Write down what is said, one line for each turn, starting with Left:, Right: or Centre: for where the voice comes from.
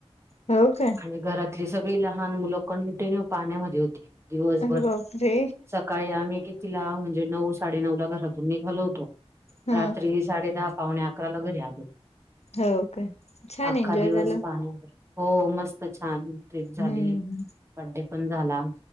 Left: हो का?
Right: आणि घरांत ते सगळीं लहांन मुलं कंटिन्यू पाण्यांमध्यें होती दिवसंभर
Left: अरे बापरे!
Right: सकाळीं आम्हीं किती तिलां म्हणजे नऊ साडे नऊ लां घरांतून निघालं होतो
Left: हां.
Right: रात्री साडे दहा पावण्या अकरांला घरी आलं
Left: हो का? छान
Right: आख्खा
Left: एन्जॉय
Right: दिवसं
Left: झालं.
Right: पाण्यांवर हो मस्तं छान ट्रिप झाली
Left: हं.
Right: बड्डे पणं झालां